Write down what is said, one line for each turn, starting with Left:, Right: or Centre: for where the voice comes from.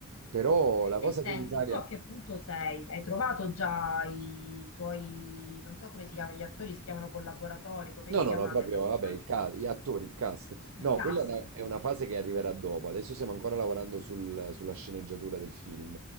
Right: Però la
Left: E
Right: cosa
Left: senti,
Right: che in Italia...
Left: tu a che punto sei? Hai trovato già i tuoi, non so come si chiamano gli attori, si chiamano collaboratori, come
Right: No,
Left: vi
Right: no,
Left: chiamate
Right: no, proprio,
Left: tra
Right: vabbè,
Left: voi?
Right: il ca- gli attori, il cast.
Left: Il
Right: No,
Left: cast.
Right: quella è una, è una fase che arriverà dopo. Adesso stiamo ancora lavorando sul- sulla sceneggiatura del film.